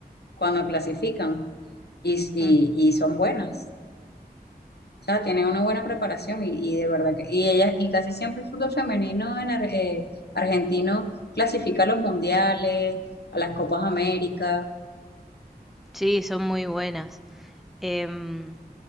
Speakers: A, on the left; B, in the centre.
A: cuando clasifican, y, y,
B: mm,
A: y son buenas. O sea, tienen una buena preparación y, y de verdad que, y ellas, y casi siempre el fútbol femenino en Ar- eh, argentino clasifica a los mundiales, a las Copas América.
B: sí, son muy buenas. Em,